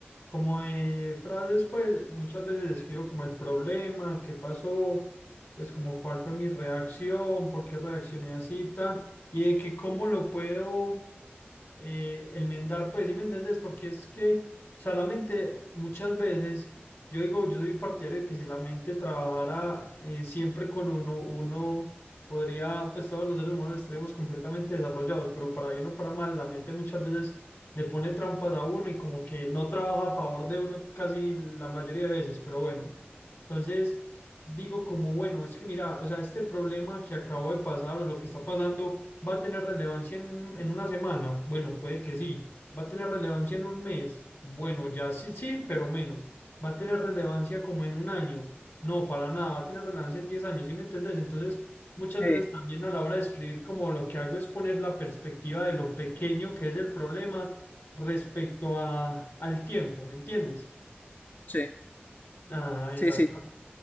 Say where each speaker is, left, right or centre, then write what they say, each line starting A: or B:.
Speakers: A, on the left; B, on the left.
A: como de frases, pues muchas veces escribo como el problema, qué pasó, pues como cuál fue mi reacción, por qué reaccioné así y tal, y de que cómo lo puedo eh, el mendar, pues, sí me entendés? Porque es que, o sea, la mente muchas veces, yo digo, yo soy partidario de que si la mente trabajara eh, siempre con uno, uno podría, pues todos los seres humanos estaríamos completamente desarrollados, pero para bien o para mal, la mente muchas veces le pone trampas a uno y como que no trabaja a favor de uno casi la mayoría de veces, pero bueno, entonces digo como, bueno, es que mira, o sea, este problema que acabo de pasar o lo que está pasando ¿Va a tener relevancia en un- en una semana? Bueno, puede que sí. ¿Va a tener relevancia en un mes? Bueno, ya sí, sí, pero menos. ¿Va a tener relevancia como en un año? No, para nada. ¿Va a tener relevancia en 10 años? ¿Sí me entendés? Entonces, muchas
B: Sí,
A: veces también a la hora de escribir, como lo que hago es poner la perspectiva de lo pequeño que es el problema respecto a, al tiempo, ¿me entiendes?
B: sí,
A: Ah,
B: sí,
A: exacto
B: sí,